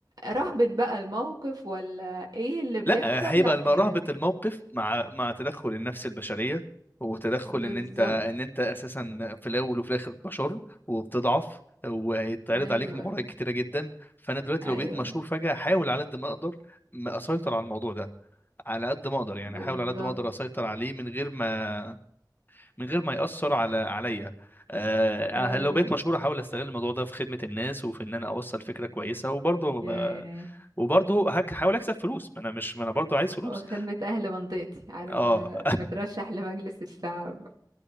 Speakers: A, on the right (about 65°); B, on the left (about 25°).
A: رهبة بقى الموقف ولا ايه اللي بيحصل
B: لا هيبقى
A: لا
B: الم-
A: هي
B: رهبة
A: ال-
B: الموقف مع مع تدخل النفس البشرية وتدخل
A: بالظبط
B: ان انت ان انت اساسا في الاول وفي الاخر بشر وبتضعف وهيتعرض
A: ايوه
B: عليك مغريات كتيرة جدا فانا دلوقتي
A: ايوه
B: لو بقيت مشهور فجأة احاول على قد ما اقدر ما اسيطر على الموضوع ده على قد ما اقدر يعني
A: بالظبط
B: احاول على قد ما اقدر اسيطر عليه من غير ما من غير ما يأثر على عليا آه
A: ايوه
B: أه، لو بقيت مشهور احاول استغل الموضوع ده في خدمة الناس وفي ان انا اوصل فكرة كويسة وبرضه
A: ياه
B: ما- وبرضه هك- هحاول اكسب فلوس ما انا مش ما انا برضه عايز فلوس
A: وخدمة اهل منطقتي عارفة
B: اه <laughs>
A: بترشح لمجلس الشعب